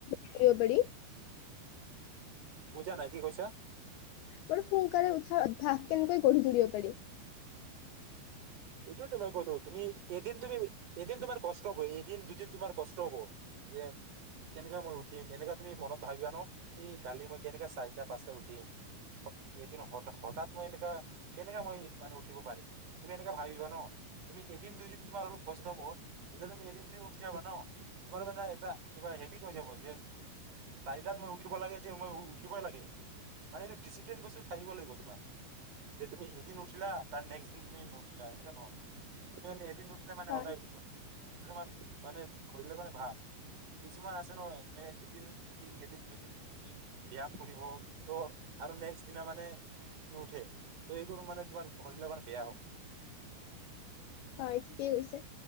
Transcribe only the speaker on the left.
<inaudible>
বাৰু সোনকালে উঠাৰ অভ্যাস কেনেকৈ গঢ়ি তুলিব পাৰি?
হয়
হয় ঠিকেই কৈছে,